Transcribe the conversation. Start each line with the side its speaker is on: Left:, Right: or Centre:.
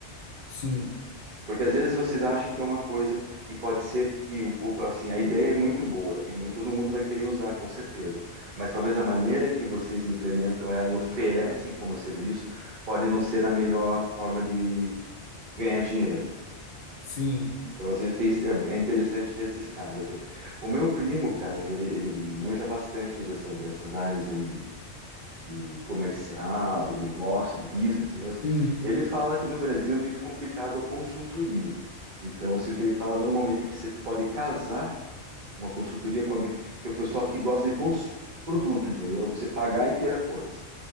Left: sim,
Right: Porque às vezes vocês acham que é uma coisa e pode ser que, o- o- assim, a ideia é muito boa e mu- todo mundo vai querer usar, com certeza. Mas talvez a maneira que vocês implementam ela e oferecem como serviço pode não ser a melhor forma de ganhar dinheiro.
Left: sim,
Right: Então, às vezes tem, esse- é é interessante ter esses caras aí. O meu primo, cara, ele, ele manja bastante aí dessas, dessas áreas aí de, de comercial, de negócio, de business mesmo.
Left: sim.
Right: Ele fala que no Brasil é muito complicado a consultoria. Então, assim, o que ele fala normalmente é que você pode casar uma consultoria com a, ve- que é o pessoal que gosta de cons, produto, entendeu? Você pagar e ter a coisa.